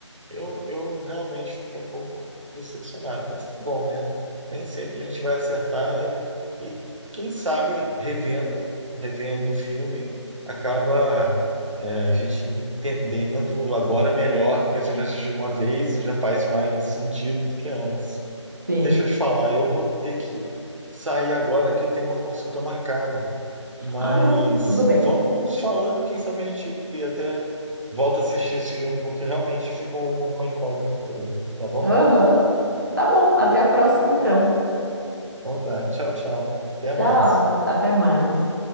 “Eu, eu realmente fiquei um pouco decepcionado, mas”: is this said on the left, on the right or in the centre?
Right